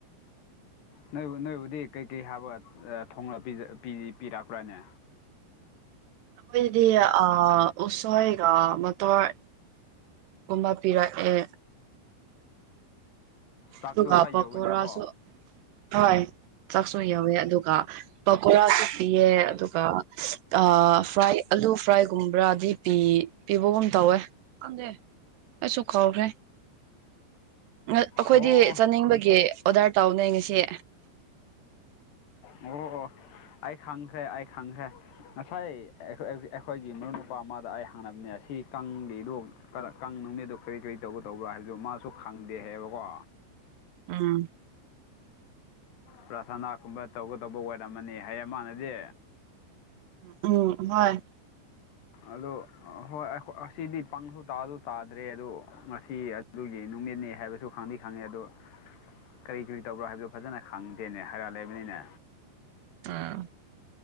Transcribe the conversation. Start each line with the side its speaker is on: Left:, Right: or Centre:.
Left: ꯅꯣꯏꯕꯨ ꯅꯣꯏꯕꯨꯗꯤ ꯀꯩꯀꯩ ꯍꯥꯞꯔꯒ ꯑ ꯊꯣꯡꯂ ꯄꯤꯖ ꯄꯤ ꯄꯤꯔꯛꯄ꯭ꯔꯥꯅꯦ
Right: ꯈꯣꯏꯗꯤ ꯑ ꯎꯁꯣꯢꯒ ꯃꯇꯣꯔ ꯀꯨꯝꯕ ꯄꯤꯔꯛꯑꯦ
Left: ꯆꯥꯛꯁꯨ
Right: ꯑꯗꯨꯒ
Left: ꯈꯔ ꯌꯧꯒꯅꯤꯀꯣ
Right: ꯄꯀꯣꯔꯥꯁꯨ ꯍꯣꯏ ꯆꯥꯛꯁꯨ ꯌꯧꯋꯦ ꯑꯗꯨꯒ ꯄꯀꯣꯔꯥꯁꯨ ꯄꯤꯌꯦ ꯑꯗꯨꯒ ꯑ ꯐ꯭ꯔꯥꯏ ꯑꯥꯂꯨ ꯐ꯭ꯔꯥꯏꯒꯨꯝꯕ꯭ꯔꯥꯗꯤ ꯄꯤ ꯄꯤꯕꯒꯨꯝ ꯇꯧꯋꯦ ꯈꯪꯗꯦ ꯑꯩꯁꯨ ꯀꯥꯎꯈ꯭ꯔꯦ ꯅꯠ ꯑꯩꯈꯣꯏꯗꯤ
Left: ꯑꯣ ꯑꯣ
Right: ꯆꯥꯅꯤꯡꯕꯒꯤ ꯑꯣꯗꯔ ꯇꯧꯕꯅꯦ ꯉꯁꯤ
Left: ꯉꯧꯔꯣꯑꯣ ꯑꯩꯥ ꯈꯪꯈ꯭ꯔꯦ ꯑꯩꯥ ꯈꯪꯈ꯭ꯔꯦ ꯉꯁꯥꯏ ꯑꯩꯈꯣꯏ ꯑꯧꯖꯤ ꯑꯩꯈꯣꯏꯒꯤ ꯃꯔꯨꯞ ꯅꯨꯄꯥ ꯑꯃꯗ ꯑꯩ ꯍꯪꯅꯕꯅꯦ ꯑꯁꯤ ꯀꯥꯡꯒꯤꯗꯣ ꯀꯔ ꯀꯥꯡ ꯅꯨꯃꯤꯠꯗꯣ ꯀꯔꯤ ꯀꯔꯤ ꯇꯧꯒꯗꯧꯕ꯭ꯔꯥ ꯍꯥꯏꯕꯖꯨ ꯃꯥꯁꯨ ꯈꯪꯗꯦ ꯍꯩꯌꯦꯕꯀꯣ
Right: ꯎꯝ
Left: ꯄ꯭ꯔꯥꯊꯅꯥꯒꯨꯝꯕ ꯇꯧꯒꯗꯧꯕ ꯑꯣꯢꯔꯝꯃꯅꯤ ꯍꯥꯏꯌꯦ ꯃꯥꯥꯟꯅꯗꯤ
Right: ꯎꯝ ꯍꯣꯏ
Left: ꯑꯗꯨ ꯍꯣꯏ ꯑꯩꯈꯣ ꯑꯁꯤꯗꯤ ꯄꯪꯁꯨ ꯇꯥꯁꯨ ꯇꯥꯗ꯭ꯔꯦ ꯑꯗꯨ ꯉꯁꯤ ꯑꯗꯨꯒꯤ ꯅꯨꯃꯤꯠꯅꯤ ꯍꯥꯏꯕꯁꯨ ꯈꯪꯗꯤ ꯈꯪꯉꯦ ꯑꯗꯣ ꯀꯔꯤ ꯀꯔꯤ ꯇꯧꯕ꯭ꯔꯥ ꯍꯥꯏꯕꯗꯣ ꯐꯖꯅ ꯈꯪꯗꯦꯅꯦ ꯍꯥꯏꯔ ꯂꯩꯕꯅꯤꯅꯦ
Right: ꯑꯥ